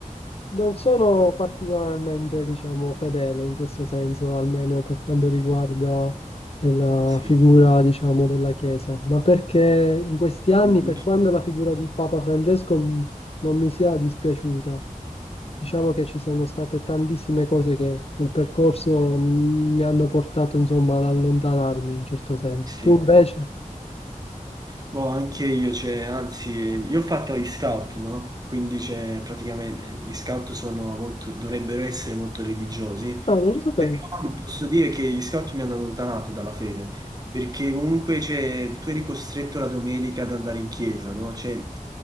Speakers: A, on the left; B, on the right.
A: Non sono particolarmente, diciamo, fedele in questo senso, almeno per quanto riguarda la
B: sì,
A: figura, diciamo, della Chiesa, ma perché in questi anni,
B: Mm, mm,
A: per quanto la figura di Papa Francesco mh, non mi sia dispiaciuta, diciamo che ci sono state tantissime cose che nel percorso mh, mi hanno portato, insomma, ad allontanarmi in certo senso.
B: sì.
A: Tu invece?
B: Boh, anche io, cioè, anzi, io ho fatto gli scout, no? Quindi, cioè, praticamente gli scout sono molto, dovrebbero essere molto religiosi,
A: Ah, non lo sapevo.
B: però posso dire che gli scout mi hanno allontanato dalla fede, perché comunque, cioè, tu eri costretto la domenica ad andare in chiesa, no? Cioè,